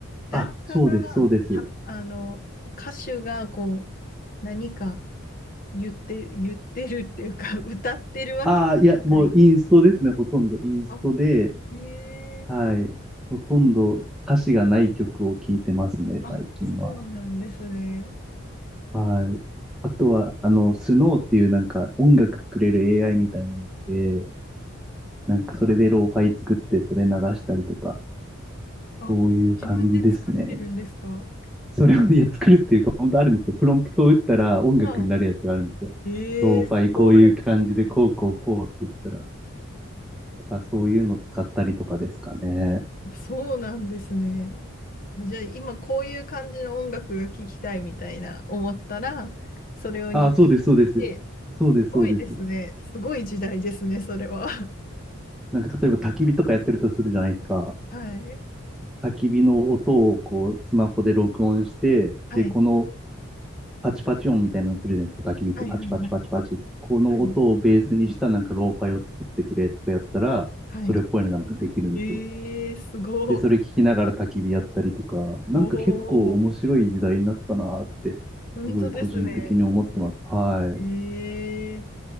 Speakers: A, on the left (about 40°); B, in the centre.
A: 誰かが
B: あ、そうです、そうです。
A: しゃ、あの、歌手が、こう、何か言って、言ってるっていうか、<laughs> 歌ってるわけじゃない。
B: ああ、いや、もうインストですね、ほとんど。インストで、
A: あ、へえ。
B: はい。ほとんど歌詞がない曲を聴いてますね、
A: あ、
B: 最近は。
A: そうなんですね。
B: はい。あとは、あの、スノーっていうなんか音楽作れる AI みたいなやつで、なんかそれでローファイ作ってそれ流したりとか、
A: あ、
B: そういう感じですね。
A: 自分で作ってるんですか
B: それを、いや、作るっていうか、本当あるんですよ。プロンプトを打ったら音楽になるやつがあるんですよ。
A: はええすごい。
B: ローファイこういう感じでこうこうこうって言ったら、
A: は
B: とかそういうの使ったりとかですかね。
A: あ、そうなんですね。じゃあ今こういう感じの音楽が聴きたいみたいな思ったら、それを入力して、
B: ああ、そうです、そうです。そうです、
A: すごいですね。
B: そうです。
A: すごい時代ですね、それは。<laughs>
B: なんか例えば焚き火とかやってるとするじゃないですか。
A: はい。
B: 焚き火の音をこう、スマホで録音して、
A: はい。
B: で、このパチパチ音みたいなのするじゃないですか。焚き火ってパチパチパチパチ。
A: はい。はい。はい
B: この音をベースにしたなんかローファイを作ってくれとかやったら、
A: はい。はい。
B: それっぽいのがなんかできるんですよ。
A: ええすごい。
B: で、それ聞きながら焚き火やったりとか、なんか結構面白い時代になったなーって、
A: おお、本当ですね。
B: すごい個人的に思ってます。はい。
A: ええ